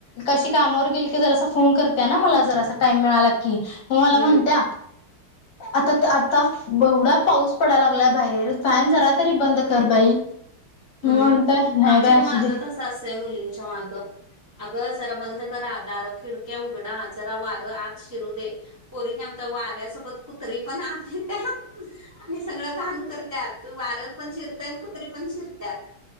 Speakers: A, on the left; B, on the right.
A: कशी कामावर गेली की, जरा आस फोन करत्या ना मला. जरासा टाईम मिळाला की, मला
B: हम्म.
A: म्हणत्या आता ता आता एवढा पाऊस पडायला लागलाय बाहेर फॅन जरा तरी बंद कर बाई! मी
B: हम्
A: म्हणतोय नाही
B: आमच्यात
A: बाई असू
B: माझं
A: दे
B: तसं असंतय मुलींच्या मा्ग. आगं जरा बंद करा दार, खिडक्या उघडा जरा वारं आत शिरू दे. पोरीने आमच्या वाऱ्यासोबत कुत्री पण आत येत्यात आणि सगळं घाण करत्यात. तू वार पण शिरतय आणि कुत्रि पण शिरत्यात.